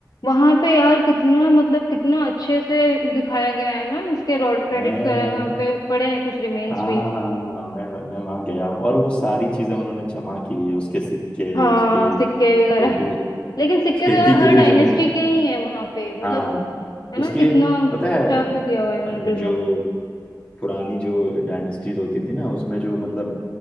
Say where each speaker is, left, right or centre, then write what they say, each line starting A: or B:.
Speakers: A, on the left (about 60°); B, on the left (about 15°).
A: वहां पे यार कितना मतलब कितना अच्छे से दिखाया गया है ना इसके रॉड क्रेडिट्स
B: मैं
A: वगैरह
B: मैं
A: वहाँ पे पड़े हैं कुछ रिमेन्स
B: हाँ
A: भी
B: हाँ
A: है।
B: हाँ हाँ हाँ मैं मैं वहाँ गया हूँ और वो सारी चीजें उन्होंने जमा की हुई है उसके सिक्के
A: हाँ
B: उसके
A: सिक्के
B: वो
A: वगैरह
B: जो
A: लेकिन सिक्के
B: खेती
A: तो यार हर
B: के लिए
A: डायनेस्टी
B: जो
A: के ही है वहां पे मतलब
B: हाँ
A: है
B: उसके
A: ना कितना
B: पता
A: अच्छा
B: है
A: से किया हुआ है उन्होंने
B: अ,
A: प्रिजर्व
B: जो पुरानी जो डायनेस्टीज होती थी ना उसमें जो मतलब